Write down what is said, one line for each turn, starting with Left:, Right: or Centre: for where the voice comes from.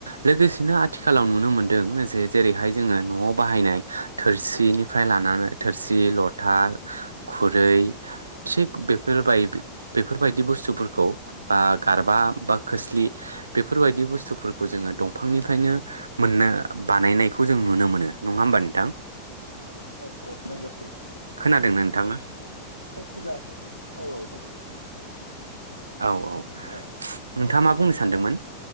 Right: लोगोसेनो आथिखालाव नुनो मोनदों जे जेरैहाय जोङो न'आव बाहायनाय थोरसिनिफ्राय लानानै थोरसि लथा खुरै थिग बेफोरबाय बेफोरबायदि बुस्थुफोरखौ बा गारबा बा खोस्लि बेफोरबायदि बुस्थुफोरखौ जोङो दंफांनिफ्रायनो मोननो बानायनायखौ जों नुनो मोनो नङा होमबा नोंथां
Left: औ औ नोंगौ
Right: खोनादोंना नोंथाङा
Left: फुजा औ औ
Right: औ औ
Left: हेलौ खोनायासै
Right: नोंथाङा मा
Left: नामा
Right: बुंनो
Left: नोंथाङा
Right: सानदोंमोन